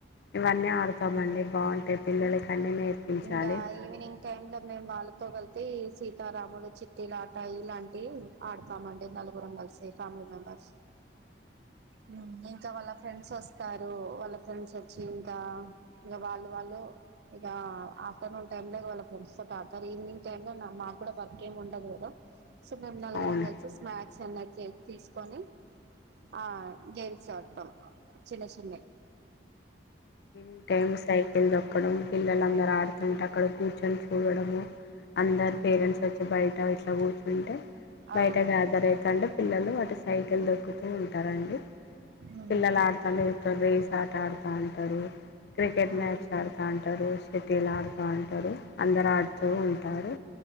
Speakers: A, on the left (about 60°); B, on the right (about 60°).
A: ఇవన్నీ ఆడుతామండి, బావుంటయి. పిల్లలకన్నీ నేర్పించాలి.
B: ఇంకా ఈవినింగ్ టైమ్ లో మేము వాళ్ళతో వెళ్తే సీతారాములు, చిట్టి లాటా ఇలాంటివి ఆడతామండి. నా లుగురం కలిసి ఫ్యామిలీ మెంబర్స్.
A: అ
B: హ్ ఇంకా వాళ్ళకు ఫ్రెండ్స్ వస్తారు. వాళ్ళ ఫ్రెండ్స్ వచ్చి ఇంకా ఇగా వాళ్ళది వాళ్ళు ఇగా ఆఫ్టర్నూన్ టైమ్ లో వాళ్ళ ఫ్రెండ్స్ తోటి ఆడతారు. ఈవినింగ్ టైమ్ల మాకు కూడా వర్క్ ఏమి ఉండదు కదా. సో మేము నలుగురంగ
A: అవును
B: కలుసి స్నాక్స్ ఏమన్న ఇట్లే తీసుకొని ఆ గేమ్స్ ఆడతం చిన్న చిన్నయి.
A: ఇంకా ఎం సైకిల్ దొక్కడం పిల్లలందరు ఆడుతుంటే అక్కడ కూర్చొని చూడడము. అందరి పేరెంట్స్ వచ్చి బయట ఇట్లా కూర్చుంటే బయట
B: అవును
A: గ్యాదర్ అయితాంటే పిల్లలు వాటి సైకిల్ దొక్కుతూ ఉంటారండి.
B: అవును
A: పిల్లలు ఆడుతాంటే చూత్తం రేస్ ఆట ఆడుతాంటరు. క్రికెట్
B: అవును
A: మ్యాచ్ ఆడుతా ఉంటరు. షటీల్ ఆడుతా ఉంటరు. అందరు ఆడుతూ ఉంటారు.